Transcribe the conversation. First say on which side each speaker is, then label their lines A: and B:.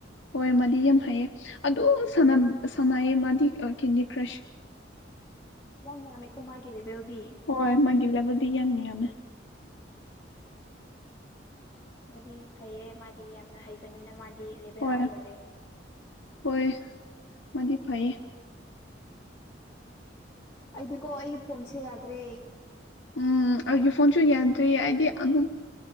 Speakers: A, on the left; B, on the left.
A: ꯍꯣꯏ ꯃꯥꯗꯤ ꯌꯥꯝ ꯍꯩꯌꯦ ꯑꯗꯨꯝ ꯁꯥꯅꯝ ꯁꯥꯟꯅꯌꯦ ꯃꯥꯗꯤ ꯍꯣꯏ ꯀꯦꯟꯗꯤ ꯀ꯭ꯔꯁ
B: ꯌꯥꯝ ꯌꯥꯝꯃꯦꯀꯣ ꯃꯥꯒꯤ ꯂꯦꯕꯦꯜꯗꯤ
A: ꯍꯣꯏ ꯃꯥꯒꯤ ꯂꯦꯕꯦꯜꯗꯤ ꯌꯥꯝ ꯌꯥꯝꯃꯦ
B: ꯃꯥꯗꯤ ꯐꯩꯌꯦ ꯃꯥꯗꯤ ꯌꯥꯝꯅ ꯍꯩꯕꯅꯤꯅ ꯃꯥꯗꯤ ꯂꯦꯕꯦꯜ
A: ꯍꯣꯏ
B: ꯑꯥ ꯌꯧꯔꯦ
A: ꯍꯣꯏ ꯃꯥꯗꯤ ꯐꯩꯌꯦ
B: ꯑꯩꯗꯤꯀꯣ ꯑꯩꯒꯤ ꯐꯣꯟꯁꯦ ꯌꯥꯗ꯭ꯔꯦ
A: ꯎꯝ ꯑꯩꯒꯤ ꯐꯣꯟꯁꯨ ꯌꯥꯟꯗ꯭ꯔꯤ ꯑꯩꯗꯤ ꯑꯃꯨꯛ